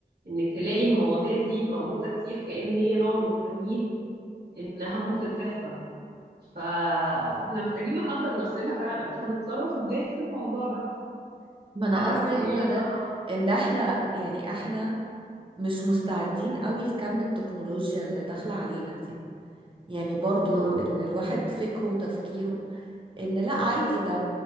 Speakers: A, on the right; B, on the right.
A: إنك تلاقي المواضيع دي موجودة كتير كأن هي نوع من التمهيد إنها ممكن تحصل ف... فاحنا محتاجين نحضر نفسنا فعلا هنتصرف ازاي في الموضوع ده
B: ما انا
A: هنعمل
B: قصدي
A: ايه
B: هو
A: لو
B: ده
A: ده حصل
B: ان احنا يعني احنا مش مستعدين قوي لكم التكنولوجيا اللي داخلة علينا دي يعني برضو
A: مم.
B: ان الواحد فكره وتفكيره ان لا عادي ده